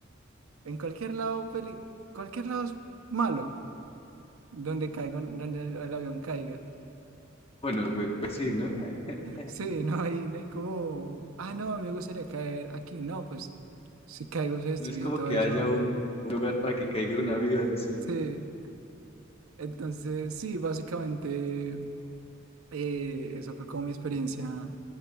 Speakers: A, on the right; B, on the left.
A: en cualquier lado, peli- cualquier lado es malo. Donde caiga, donde el, el avión caiga.
B: Bueno, pues, pues sí, ¿no? <laughs>
A: Sí, no hay, no hay como, ah, no, me gustaría caer aquí. No, pues si caigo se destruye
B: No es como
A: todo
B: que
A: eso.
B: haya un, un lugar para que caiga un avión, sí.
A: Sí, entonces sí, básicamente eh, eso fue como mi experiencia,